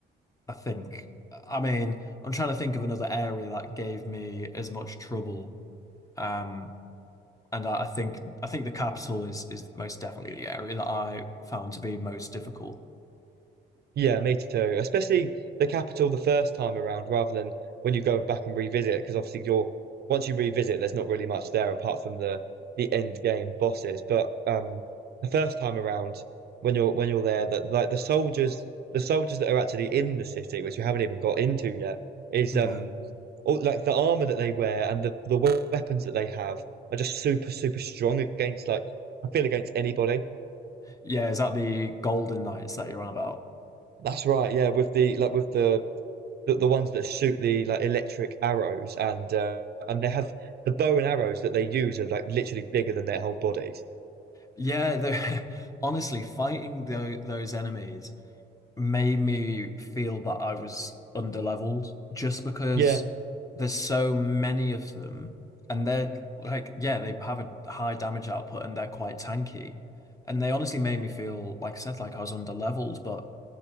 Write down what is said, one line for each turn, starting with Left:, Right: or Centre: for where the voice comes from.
Left: I think. I mean, I'm trying to think of another area that gave me as much trouble. Um, and I, I think I think the capital is is most definitely the area that I found to be most difficult. <laughs>
Right: Yeah, me too. Especially the capital the first time around, rather than when you go back and revisit, because obviously you're once you revisit, there's not really much there apart from the the end game bosses. But um, the first time around, when you're when you're there, that like the soldiers, the soldiers that are actually in the city, which we haven't even got into yet, is
Left: Nah.
Right: um, all, like the armor that they wear and the the weapons that they have are just super super strong against like I feel against anybody.
Left: Yeah, is that the Golden Knights that you're on about?
Right: That's right, yeah. With the like with the the, the ones that shoot the like electric arrows and uh, and they have the bow and arrows that they use are like literally bigger than their whole bodies.
Left: Yeah, the <laughs> honestly, fighting tho those enemies. made me feel that I was underleveled just because
Right: Yeah,
Left: there's so many of them and they're like yeah they have a high damage output and they're quite tanky and they honestly made me feel like I said like I was underleveled but